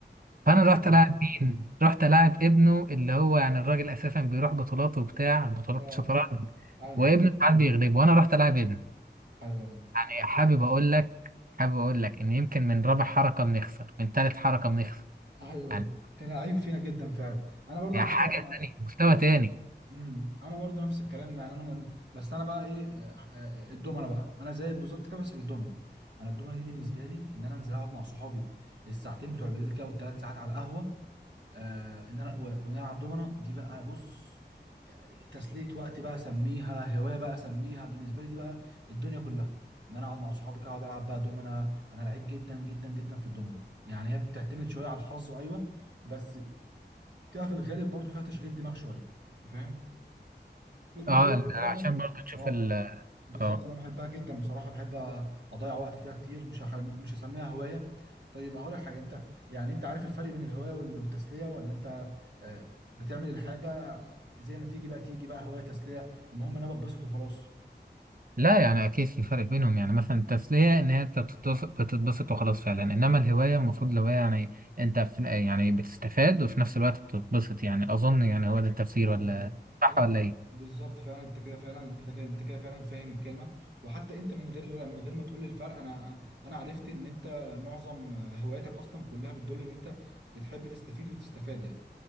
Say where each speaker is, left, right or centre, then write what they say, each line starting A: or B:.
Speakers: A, on the right (about 50°); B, on the right (about 70°).
A: فانا
B: حلو.
A: رحت العب مين رحت العب ابنه اللي هو يعني الراجل اساسا بيروح بطولات وبتاع بطولات
B: اه
A: شطرنج
B: ايوه
A: وابنه ساعات بيغلبه وانا رحت العب ابنه
B: ايوه ايوه
A: يعني حابب اقول لك حابب اقول لك ان يمكن من رابع حركه بنخسر من ثالث حركه بنخسر
B: ايوه
A: يعني
B: ايوه. كان لعيب فينا جدا فعلا انا برضه
A: يعني
B: على
A: حاجه
B: فكره انا
A: تانية مستوى
B: أيوة.
A: تاني
B: امم انا برضه نفس الكلام يعني انا من... بس انا بقى ايه آه، آه، آه، الدومنه بقى انا زيك بالظبط كده بس في الدومنه انا الدومنه دي بالنسبه لي ان انا انزل اقعد مع صحابي الساعتين بتوع بالليل كده او الثلاث ساعات على القهوه آه ان انا و- ونلعب دومنه دي بقى بص تسلية وقت بقى اسميها هواية بقى اسميها بالنسبة لي دي بقى الدنيا كلها ان انا اقعد مع صحابي كده اقعد العب بقى دومنه انا لعيب جدا جدا جدا في الدومنه يعني هي بتعتمد شوية على الحظ ايوه بس بتبقى في الغالب برضو فيها تشغيل دماغ شوية أنت فاهم فاللي
A: اه
B: هو بصراحة
A: عشان برضه تشوف
B: اه
A: ال
B: بالظبط
A: اه
B: انا بحبها جدا بصراحه بحب اضيع وقت فيها كتير مش هخل... مش هسميها هوايه طيب هقول لك حاجه انت يعني انت عارف الفرق بين الهوايه وال- والتسليه ولا انت آه، بتعمل الحاجه زي ما تيجي بقى تيجي بقى هوايه تسليه المهم انا بتبسط وخلاص
A: لا يعني اكيد في فرق بينهم يعني مثلا التسليه ان هي انت بتتبسط بتتبسط وخلاص فعلا انما الهوايه المفروض الهوايه يعني انت في يعني بتستفاد وفي نفس الوقت بتتبسط يعني اظن يعني هو ده التفسير
B: ايوه
A: ولا
B: ب-
A: صح
B: لا ب-
A: ولا ايه؟
B: بالظبط فعلا انت كده فعلا كده كده انت كده فعلا فاهم الكلمه وحتى انت من غير من غير ما تقول لي الفرق انا انا عرفت ان انت معظم هواياتك اصلا كلها بتدل ان انت بتحب تستفيد وتستفاد يعني